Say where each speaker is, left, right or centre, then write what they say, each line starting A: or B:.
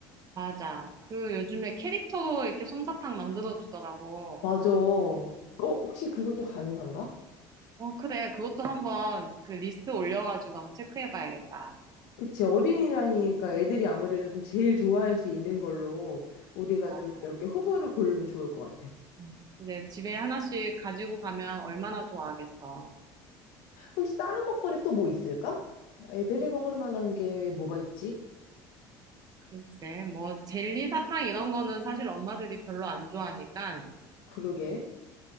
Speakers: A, on the right (about 40°); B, on the left (about 75°).
A: 맞아. 그 요즘에 캐릭터로 이렇게 솜사탕 만들어주더라고.
B: 맞아. 어, 혹시 그것도 가능한가?
A: 어, 그래. 그것도 한번 그 리스트 올려가지고 한번 체크해봐야겠다.
B: 그치. 어린이라니까 애들이 아무래도 좀 제일 좋아할 수 있는 걸로 우리가
A: 맞아.
B: 좀 몇 개 후보를 고르면 좋을 것 같아.
A: 음. 이제 집에 하나씩 가지고 가면 얼마나 좋아하겠어.
B: 혹시 다른 먹거리 또 뭐 있을까? 애들이 먹을 만한 게 뭐가 있지?
A: 글쎄, 뭐, 젤리 사탕 이런 거는 사실 엄마들이 별로 안 좋아하니까,
B: 그러게.